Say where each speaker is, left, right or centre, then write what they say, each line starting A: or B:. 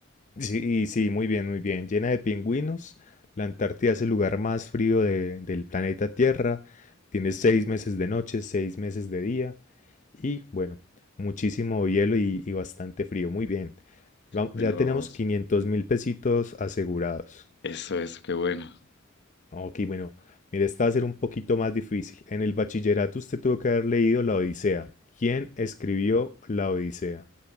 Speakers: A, on the left; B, on the left.
A: Sí, sí, muy bien, muy bien. Llena de pingüinos. La Antártida es el lugar más frío de- del planeta Tierra. Tiene seis meses de noche, seis meses de día y bueno, muchísimo hielo y, y bastante frío. Muy bien. Vam-
B: Bueno,
A: ya
B: vamos.
A: tenemos quinientos mil pesitos asegurados.
B: Eso, eso, qué bueno.
A: Ok, bueno, mire, esta va a ser un poquito más difícil. En el bachillerato usted tuvo que haber leído La Odisea. ¿Quién escribió La Odisea?